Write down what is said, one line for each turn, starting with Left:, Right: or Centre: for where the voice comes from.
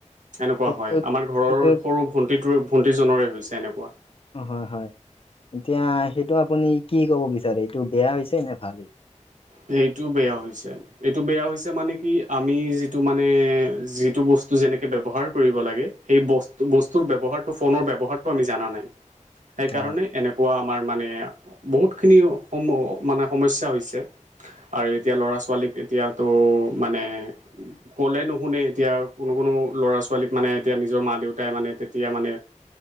Right: এনেকুৱা
Left: সেইটোত
Right: হয় আমাৰ ঘৰৰ
Left: সেইটোত
Right: সৰু। ভণ্টিটো ভণ্টিজনৰে হৈছে এনেকুৱা।
Left: অ', হয়, হয় এতিয়া সেইটো আপুনি কি কব বিচাৰে এইটো বেয়া হৈছে নে ভাল হৈছে?
Right: সেইটো বেয়া হৈছে। এইটো বেয়া হৈছে মানে কি আমি যিটো মানে, যিটো বস্তু যেনেকে ব্যৱহাৰ কৰিব লাগে। সেই বস্তু-বস্তুৰ ব্যৱহাৰটো ফোনৰ ব্যৱহাৰটো আমি জানা নাই। সেইকাৰণে
Left: হয়
Right: এনেকুৱা আমাৰ মানে বহুতখিনি সম মানে সমস্যা হৈছে। আৰু এতিয়া লৰা ছোৱালীক এতিয়াতো মানে। ক'লে নুশুনে এতিয়া কোনো, কোনো ল'ৰা ছোৱালীক মানে এতিয়া নিজৰ মা দেউতাই মানে তেতিয়া মানে।